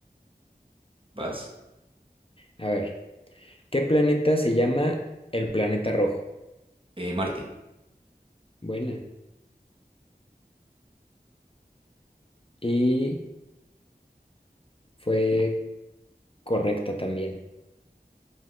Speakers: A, on the right (about 35°); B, on the left (about 35°).
A: Vas.
B: A ver, ¿qué planeta se llama el planeta rojo?
A: Eh, Marte.
B: Buena. Y fue correcta también.